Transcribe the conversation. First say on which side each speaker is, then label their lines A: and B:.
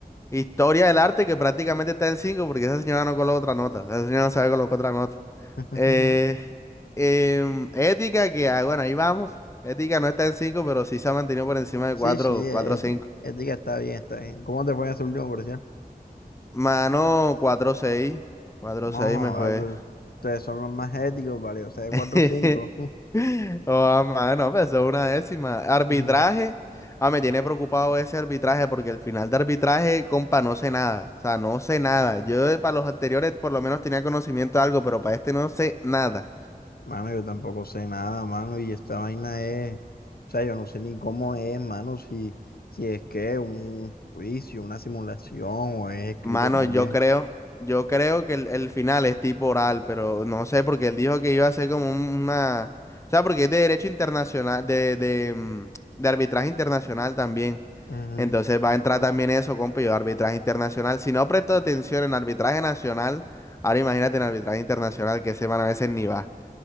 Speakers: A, on the left; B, on the left.
A: Historia del arte que prácticamente está en 5 porque esa señora no coloca otra nota. Esa señora no sabe colocar otra nota.
B: <laughs>
A: Eh, em, ética, que ah, bueno, ahí vamos. Ética no está en 5 pero sí se ha mantenido por encima de
B: Sí,
A: 4
B: sí, eh,
A: 4
B: ética,
A: cinco
B: ética está bien, está bien. ¿Cómo te fue en esa último versión?
A: Mano, cuatro seis 4
B: No,
A: 6 me
B: joda,
A: fue.
B: tú- ustedes son los más éticos, vale, o sea, 4
A: <laughs>
B: cinco
A: Oh, mano, pesó una décima. Arbitraje.
B: <laughs>
A: Ah, me tiene preocupado ese arbitraje porque el final de arbitraje, compa, no sé nada. O sea, no sé nada. Yo eh, para los anteriores por lo menos tenía conocimiento de algo, pero para este no sé nada.
B: Mano, yo tampoco sé nada, mano, y esta vaina es, o sea, yo no sé ni cómo es, mano, si, si es que un juicio, una simulación o es escrito
A: Mano,
B: también.
A: yo creo, yo creo que el, el final es tipo oral, pero no sé, porque él dijo que iba a ser como un- una, o sea, porque es de derecho internacional, de, de, mm, de arbitraje internacional también.
B: Ujú.
A: Entonces va a entrar también eso, compa, yo arbitraje internacional. Si no presto atención en arbitraje nacional, ahora imagínate en arbitraje internacional, que semana a veces ni va.